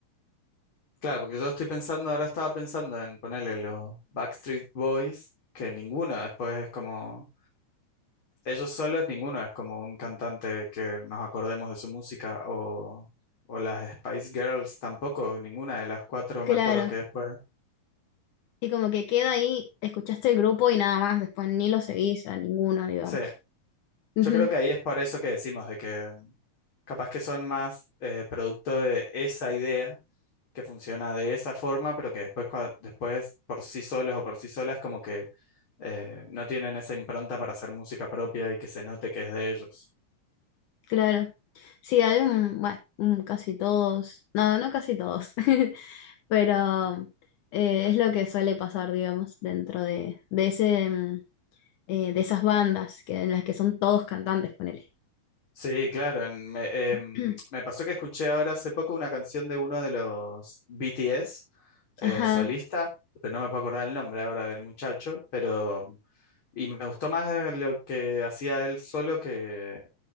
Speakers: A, on the left; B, on the left.
A: claro, porque yo estoy pensando, ahora estaba pensando en ponerle los Backstreet Boys, que ninguno después es como Ellos solos ninguno es como un cantante que nos acordemos de su música o, o las Spice Girls tampoco, ninguna de las cuatro me
B: Claro.
A: acuerdo que después.
B: Y como que queda ahí, escuchaste el grupo y nada más, después ni lo seguís a ninguno, digamos.
A: Sí,
B: Ujú,
A: yo creo que ahí es por eso que decimos de que capaz que son más eh, producto de esa idea que funciona de esa forma, pero que después, cua- después por sí solos o por sí solas como que eh, no tienen esa impronta para hacer música propia y que se note que es de ellos.
B: claro. Sí, hay un, bueno, un casi todos, no, no casi todos, <laughs> pero eh, es lo que suele pasar, digamos, dentro de, de ese, mm, eh, de esas bandas que, en las que son todos cantantes, ponele.
A: Sí, claro. en- Me, em,
B: <clears throat>
A: me pasó que escuché ahora hace poco una canción de uno de los BTS, eh,
B: Ajá,
A: solista, pero no me puedo acordar el nombre ahora del muchacho, pero y me gustó más lo que hacía él solo que,